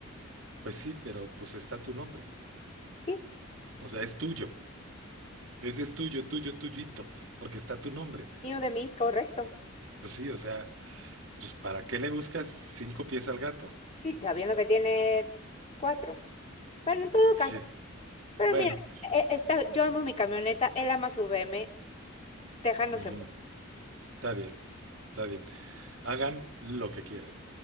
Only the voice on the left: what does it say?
Sí,
mío de mí, correcto.
Sí, sabiendo que tiene cuatro. Bueno, en todo
caso, pero
mira, e- está, yo amo mi camioneta, él ama su BM, déjanos
en paz.